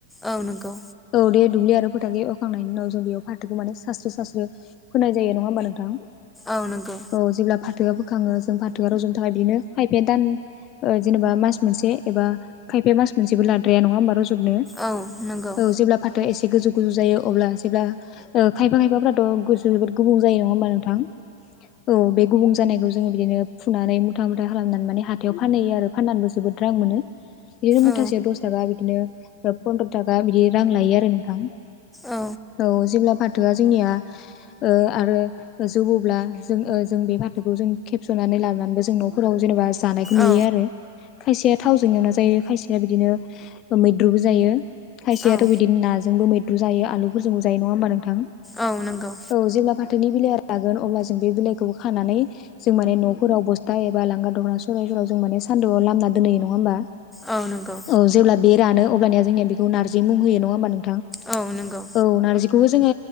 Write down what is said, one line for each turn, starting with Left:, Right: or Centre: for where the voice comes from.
Centre: औ नंगौ।
Left: औ दे दुब्लि आरो फोथारखो एवखांनायनि उनाव जों बेयाव फाथोखौ माने सारस्रो सारस्रो फोनाय जायो नङा होमबा नोंथां?
Centre: औ नंगौ
Left: औ जेब्ला फाथोआ फोखाङो जों फाथोआ रज'नो थाखाय बिदिनो फाइफे दान ओ जेनेबा मास मोनसे एबा खायफाया मास मोनसेबो लाद्राया नङा होमबा रज जबनो
Centre: औ नंगौ
Left: औ जेब्ला फाथोआ एसे गोजौ गोजौ जायो अब्ला जेब्ला ओ खायफा खायफाफोराथ' गोजौ जोबोद गुबुं जायो नङा हबा नोंथां? औ बे गुबुं जानायखौ जोङो बिदिनो फुनानै मुथा मुथा खालामनानै माने हाथायाव फानहैयो आरो फाननानैबो जोबोद रां मोनो। बिदिनो मुथासेयाव
Centre: औ
Left: दस थाखा बिदिनो पन्द्र थाखा बिदि रां लायो आरो नोंथां।
Centre: औ
Left: औ जेब्ला फाथोआ जोंनिया ओ आरो जौयोब्ला जोङो जों बे फाथोखौ जों खेब सुनानै लाबोनानैबो जों न'फोराव जेनेबा जानायखौ नुयो
Centre: औ
Left: आरो खायसेया थावजों एवना जायो खायसे खायसे बिदिनो मैद्रुबो जायो खायसेयाथ'
Centre: औ
Left: बिदिनो नाजोंबो मैद्रु जायो आलु फोरजों जायो नङा होमबा नोंथां?
Centre: औ नंगौ।
Left: औ जेब्ला फाथोनि बिलाइया रागोन अब्ला जों बे बिलाइखौबो खानानै जों माने न'फोराव बस्था बा लांगा दखना सरायफोराव जों माने सान्दुंयाव लामना दोनहैयो नङा होमबा?
Centre: औ नंगौ।
Left: औ जेब्ला बे रानो अब्लनिया जोंनिया बिखौ नारजि मुं होयो नङा होमबा नों
Centre: औ नंगौ।
Left: औ नारजिखौबो जोङो